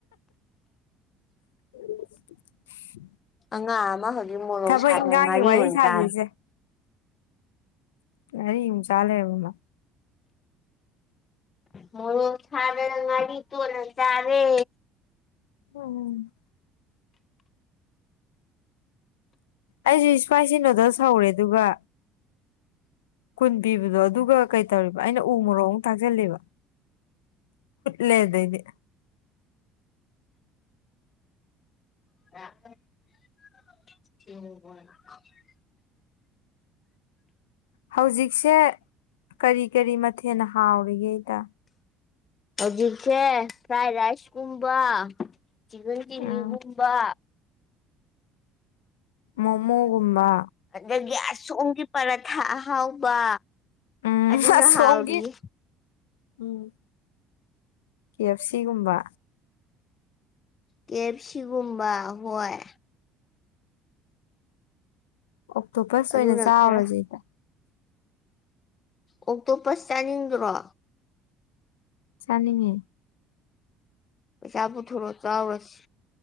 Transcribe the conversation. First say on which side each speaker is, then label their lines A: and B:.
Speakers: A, on the left; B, on the left.
A: <inaudible>
B: ꯑꯉꯥꯡ ꯑꯃ ꯍꯧꯖꯤꯛ ꯃꯣꯔꯣꯛ
A: ꯊꯕꯛ
B: ꯁꯥꯏꯠꯅ
A: ꯏꯟꯈꯥꯡꯒꯤ
B: ꯉꯥꯔꯤ
A: ꯋꯥꯔꯤ
B: ꯑꯣꯏꯅ
A: ꯁꯥꯖꯩꯁꯦ
B: ꯆꯥꯔꯦ
A: ꯉꯔꯤ ꯑꯃꯨꯛ ꯆꯥꯂꯩꯔꯕ ꯃ
B: ꯃꯣꯔꯣꯛ ꯊꯗꯅ ꯉꯥꯔꯤ ꯇꯣꯠꯂ ꯆꯔꯦ
A: ꯎꯝ ꯑꯩꯁꯨ ꯏꯁꯄꯥꯏꯁꯤ ꯅꯣꯗꯜꯁ ꯍꯧꯔꯦ ꯑꯗꯨꯒ ꯀꯨꯟ ꯄꯤꯕꯗꯣ ꯑꯗꯨꯒ ꯀꯩ ꯇꯧꯔꯤꯕ ꯑꯩꯅ ꯎ ꯃꯣꯔꯣꯛ ꯑꯃꯨꯛ ꯊꯥꯛꯆꯜꯂꯦꯕ ꯂꯦꯗꯩꯗꯤ
B: <unintelligible>
A: ꯍꯧꯖꯤꯛꯁꯦ ꯀꯔꯤ ꯀꯔꯤ ꯃꯊꯦꯜꯅ ꯍꯥꯎꯔꯤꯒꯦꯗ
B: ꯍꯧꯖꯤꯛꯁꯦ ꯐ꯭ꯔꯥꯏ ꯔꯥꯏꯁꯀꯨꯝꯕ ꯆꯤꯛꯀꯟ ꯆꯤꯂꯤꯒꯨꯝꯕ
A: ꯎꯝ ꯃꯣꯃꯣꯒꯨꯝꯕ
B: ꯑꯗꯒꯤ ꯑꯁꯣꯝꯒꯤ ꯄꯔꯊꯥ ꯑꯍꯥꯎꯕ
A: ꯎꯝ
B: ꯑꯗꯨꯅ
A: ꯑꯁ
B: ꯍꯥꯎꯔꯤꯌꯦ
A: ꯍꯣꯡꯒꯤ ꯎꯝ ꯀ ꯑꯦꯐ ꯁꯤꯒꯨꯝꯕ
B: ꯀ ꯑꯦꯞ ꯁꯤꯒꯨꯝꯕ ꯍꯣꯏ
A: ꯑꯣꯛꯇꯣꯄꯁ
B: ꯑꯗꯨꯅ
A: ꯑꯣꯏꯅ ꯆꯥꯎꯔꯁꯦ
B: ꯈꯔ
A: ꯏꯗ
B: ꯑꯣꯛꯇꯣꯞ ꯄꯁ ꯆꯥꯅꯤꯡꯗ꯭ꯔꯣ
A: ꯆꯥꯅꯤꯡꯉꯦ
B: ꯄꯩꯁꯥ ꯄꯨꯊꯣꯔ ꯆꯥꯎꯔꯁꯤ